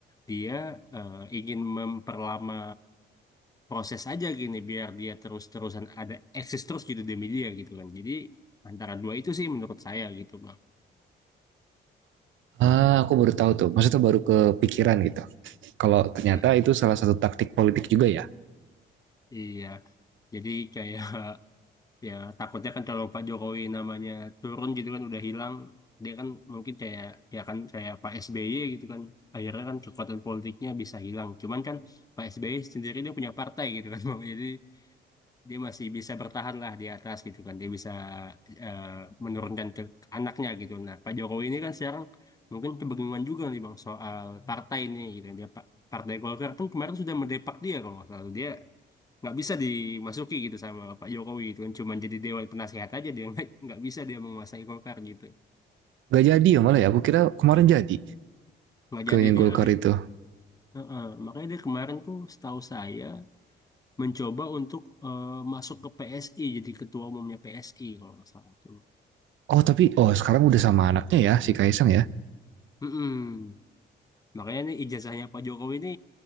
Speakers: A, on the left; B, on the right.
A: dia eh, ingin memperlama proses aja gini biar dia terus-terusan ada eksis terus gitu demi dia gitu kan. Jadi antara dua itu sih menurut saya gitu Bang.
B: ah aku baru tahu tuh maksudnya baru kepikiran gitu Kalau ternyata
A: Iya,
B: itu salah satu taktik politik juga ya.
A: Iya. jadi kayak ya takutnya kan kalau Pak Jokowi namanya turun gitu kan udah hilang dia kan mungkin kayak ya kan kayak Pak SBY gitu kan akhirnya kan kekuatan politiknya bisa hilang cuman kan Pak SBY sendiri dia punya partai gitu kan <laughs> bang jadi dia masih bisa bertahan lah di atas gitu kan dia bisa eh, menurunkan ke anaknya gitu nah Pak Jokowi ini kan sekarang mungkin kebingungan juga nih bang soal partai ini gitu kan. dia Pak Partai Golkar pun kemarin sudah mendepak dia kalau nggak salah dia nggak bisa dimasuki gitu sama Pak Jokowi gitu kan cuman jadi dewan penasehat aja dia nggak nggak bisa dia menguasai Golkar gitu
B: Gak jadi ya malah ya, aku kira kemarin jadi
A: nggak
B: ke
A: jadi dia
B: Golkar itu.
A: Heeh. makanya dia kemarin tuh setahu saya mencoba untuk eh, masuk ke PSI jadi ketua umumnya PSI kalau nggak salah tuh
B: Oh tapi, oh sekarang udah sama anaknya ya, si Kaisang ya.
A: Mm-mm. makanya nih ijazahnya Pak Jokowi ini